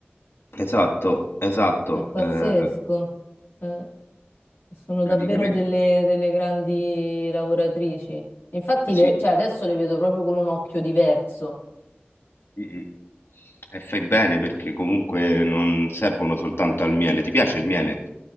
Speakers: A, on the left; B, on the left.
A: Esatto, esatto.
B: è pazzesco.
A: eh,
B: Eh, sono
A: praticamente
B: davvero delle, delle grandi lavoratrici. Infatti,
A: sì.
B: le- cioè, adesso le vedo proprio con un occhio diverso.
A: mm, mm. E fai bene perché comunque non servono soltanto al miele. Ti piace il miele?